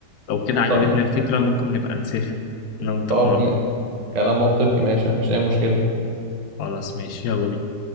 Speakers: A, on the left; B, on the right.
A: لو كده عجبتنا
B: طب
A: الفكرة ممكن نبقى نسافر أنا وأنت
B: طب
A: في مرة
B: م- كلام منطقي ماشي مفيش اي مشكله
A: خلاص ماشي يلا بينا